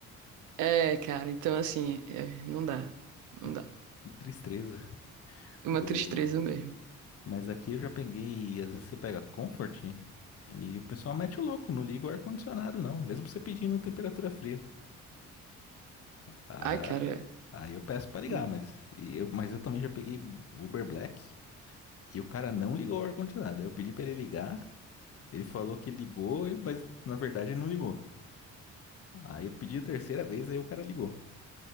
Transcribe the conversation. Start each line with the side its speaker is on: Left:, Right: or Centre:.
Right: É, cara, então assim, é, não dá, não
Left: Que,
Right: dá.
Left: que tristeza.
Right: É uma
Left: O...
Right: tristeza mesmo.
Left: Mas aqui eu já peguei, às vezes você pega Comfort e o pessoal mete o louco, não liga o ar-condicionado não, mesmo você pedindo temperatura fria. Ah,
Right: Ai, cara, é.
Left: aí eu peço pra ligar,
Right: Hum,
Left: mas e eu, mas eu também já peguei Uber Black e o cara não ligou o ar-condicionado. Eu pedi pra ele ligar, ele falou que ligou, e- mas na verdade ele não ligou. Aí eu pedi a terceira vez, aí o cara ligou.